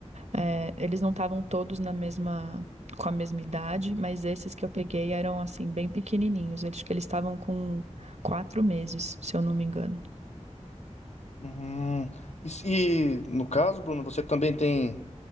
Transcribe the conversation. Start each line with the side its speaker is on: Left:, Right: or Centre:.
Right: é, eles não estavam todos na mesma, com a mesma idade, mas esses que eu peguei eram, assim, bem pequenininhos. Eles, eles estavam com quatro meses, se eu não me engano.
Left: Hum, e, se- e, no caso, Bruno, você também tem